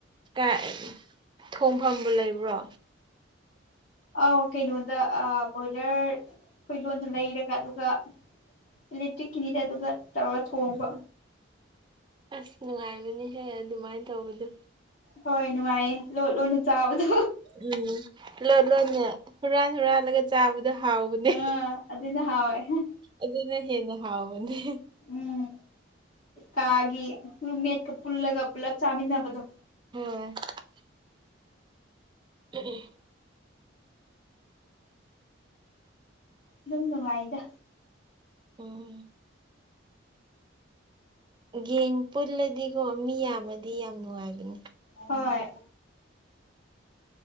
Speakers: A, on the right (about 25°); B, on the left (about 40°).
A: ꯀꯤꯏ ꯊꯣꯡꯐꯝꯕꯨ ꯂꯩꯕ꯭ꯔꯣ꯫
B: ꯑꯥꯎ ꯀꯩꯅꯣꯗ ꯑ ꯕꯣꯏꯂꯔ ꯑꯩꯈꯣꯏ ꯂꯣꯟꯅ ꯂꯩꯔꯒ ꯑꯗꯨꯒ ꯏꯂꯦꯛꯇ꯭ꯔꯤꯛ ꯀꯤꯅꯤꯗ ꯑꯗꯨꯒ ꯇꯧꯔꯒ ꯊꯣꯡꯕ
A: ꯎꯝ ꯑꯁ ꯅꯨꯡꯉꯥꯏꯕꯅꯤꯍꯦ ꯑꯗꯨꯃꯥꯏꯅ ꯇꯧꯕꯗꯣ꯫
B: ꯍꯣꯏ ꯅꯨꯡꯉꯥꯏꯌꯦ ꯂꯣꯠ ꯂꯣꯠꯅ ꯆꯥꯕꯗꯣ꯫
A: ꯎꯝ ꯂꯣꯠ ꯂꯣꯠꯅ ꯍꯨꯔꯥꯟ ꯍꯨꯔꯥꯟꯂꯒ ꯆꯥ ꯆꯥꯕꯗꯣ ꯍꯥꯎꯕꯅꯦ
B: ꯑꯥ ꯑꯗꯨꯅ ꯍꯥꯎꯋꯦ
A: ꯑꯗꯨꯅ ꯍꯦꯟꯅ ꯍꯥꯎꯕꯅꯦ꯫
B: ꯎꯝ ꯀꯥꯒꯤ ꯔꯨꯝꯃꯦꯠꯀ ꯄꯨꯂꯕ ꯄꯨꯜꯂꯒ ꯆꯥꯃꯤꯟꯅꯕꯗꯣ꯫
A: <unintelligible> <unintelligible>
B: ꯑꯗꯨꯝ ꯅꯨꯡꯉꯥꯏꯗ꯫
A: ꯎꯝ꯫ ꯒꯦꯡ ꯄꯨꯜꯂꯗꯤꯀꯣ ꯃꯤ ꯌꯥꯝꯃꯗꯤ ꯌꯥꯝ ꯅꯨꯡꯉꯥꯏꯕꯅꯤ꯫
B: ꯍꯣꯏ